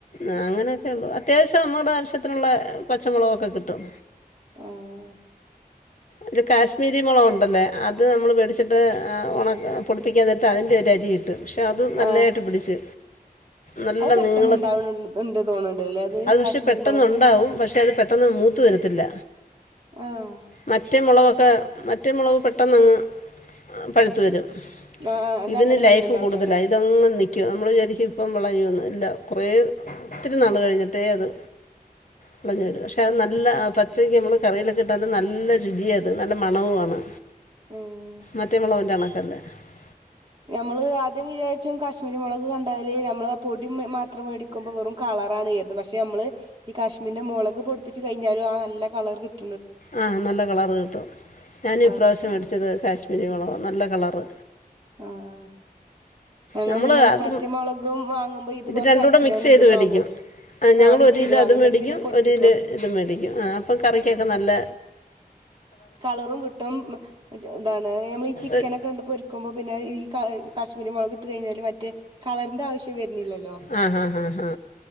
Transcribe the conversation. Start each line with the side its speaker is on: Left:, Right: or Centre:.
Left: ആ അങ്ങനെയൊക്കെ ഉള്ളു അത്യാവശ്യം നമ്മടെ ആവശ്യത്തിനുള്ള പച്ചമുളകൊക്കെ കിട്ടും.
Right: എഹ്
Left: ഒരു കാശ്മീരി മൊളക് ഒണ്ടല്ലേ അ അത് നമ്മള് മേടിച്ചിട്ട് ഏ ഉണക് പൊടിപ്പിക്കാൻ നേരത്ത് അതിന്റെ ഒരു അരി ഇ ട്ട് പക്ഷേ അത് നല്ലയായിട്ട്
Right: ആഹ്
Left: പിടിച്ച് നല്ല
Right: അത് പെട്ടെന്ന്
Left: നീളത്
Right: ഇണ്ടാവണ് ഉണ്ട് തോന്നുന്നുണ്ടല്ലേ
Left: അത് പക്ഷേ
Right: കാശ്മീരി
Left: പെട്ടന്ന്
Right: മുളക്
Left: ഉണ്ടാവും, പക്ഷെ അത് പെട്ടെന്ന് മൂത്ത് വരത്തില്ല,
Right: ആഹ്
Left: മറ്റേ മുളകൊ ക്കെ മറ്റെ മുളക് പെട്ടെന്ന് അങ്ങ് പഴുത്ത് വരും.
Right: ആഹ് അത്
Left: ഇതിന്
Right: അങ്ങനെ
Left: ലൈഫ്
Right: വരുന്നുണ്ടാവൂല
Left: കൂടുതലാ,
Right: അല്ലെ
Left: ഇതങ്ങ് നിക്കും, നമ്മള് ശരിക്കും ഇപ്പം വിളഞ്ഞു വന്നു ഇല്ല. കൊറേ ഒത്തിരി നാള് കഴിഞ്ഞിട്ടേ അത് വിളഞ്ഞ് വരൂ, പക്ഷേ അത് നല്ല പച്ചയ്ക്ക് നമ്മൾ കറിയിലൊക്കെ ഇട്ടാൽ നല്ല രുചിയാ അത്, നല്ല മണവുവാണ്.
Right: ഉം
Left: മറ്റേ മുളവിന്റാണ്. <unintelligible>
Right: നമ്മള് ആദ്യം വിചാരിച്ചു കാശ്മീരി മൊളക് കണ്ടാല് നമ്മൾ പൊടി മ് മാത്രം മേടിക്കുമ്പോ വെറും കളറാണ്, <unintelligible> പക്ഷേ നമ്മള് ഈ കാശ്മീരിന്റെ മൊളക് പൊടിപ്പിച്ച് കഴിഞ്ഞാലും ആ നല്ല കളർ കിട്
Left: ആഹ് നല്ല കളറ് കിട്ടും, ഞാനും
Right: കളർ
Left: ഇപ്രാവശ്യം
Right: കിട്ടുന്നുണ്ട്
Left: അടിച്ചത് കാശ് <unintelligible> നല്ല കളറ്.
Right: ആഹ് ഞങ്ങൾ
Left: നമ്മൾ
Right: ഇതേമാർക്ക്
Left: അതും
Right: മറ്റേ മൊളകും വാങ്ങുമ്പോ ഇത് കൊറച്ച്
Left: രണ്ടും
Right: അര
Left: കൂടെ
Right: കിലോനും
Left: മിക്സ് ചെയ്ത്
Right: ഇതും
Left: മേടിക്കും
Right: വാങ്ങും
Left: ഞങ്ങൾ
Right: ആ മിക്സ്
Left: ഒരു
Right: ചെയ്ത്
Left: കിലോ
Right: വാങ്ങും,
Left: അത്
Right: ന്നട്ട്
Left: മേടിക്കും
Right: പിന്നെ പൊടിപ്പിക്കും,
Left: ഒരു കിലോ ഇത് മേടിക്കും ആ അപ്പം കറിക്കൊക്കെ
Right: ആഹ്
Left: നല്ല
Right: കളറും കിട്ടും മ് ഇതാണ് നമ്മൾ ചിക്കനൊക്കെ
Left: ഒരു
Right: ഇങ്ങട് പൊരിക്കുമ്പോ പിന്നെ ഈ ക ഇ കാശ്മീരി മൊളക് ട്ട് കയിഞ്ഞാല് മറ്റേ കളറിന്റെ ആവശ്യം വര്ണില്ലല്ലോ,
Left: ആ ഹാ ഹാ ഹാ